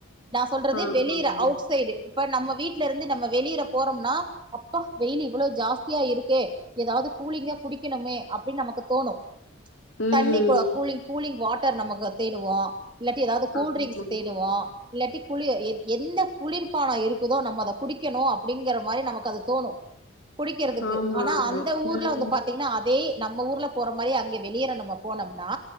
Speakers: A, on the right; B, on the left.
A: நா சொல்றது
B: ஆமா,
A: வெளியிற
B: ஆமா.
A: அவுட்ஸ் சைடு இப்ப நம்ம வீட்ல இருந்து நம்ம வெளியில போறம்னா அப்பா வெயில் இவ்ளோ ஜாஸ்தியா இருக்கே ஏதாவது கூலிங்கா குடிக்கணுமே அப்டின் நமக்கு தோணு
B: ம்.
A: தண்ணி கூலிங் கூலிங் வாட்டர் நமக்கு தேடுவோ இல்லாட்டி ஏதாவ்து கூல்ட்ரிங்ஸ்
B: ஆமா.
A: தேடுவோ இல்லாட்டி குளிர் எ எந்த குளிர்பானோ இருக்குதோ நம்ம அத குடிக்கணு அப்படிங்கிற மாரி நமக்கு அது தோணு குடிக்கறதுக்கு
B: ஆமா,
A: ஆனா
B: ஆமா.
A: அந்த ஊர்ல
B: ம்.
A: வந்து பாத் இல்லனா அதே நம்ம ஊர்ல போற மாரி அங்க வெளியேற நம்ம போனோம்னா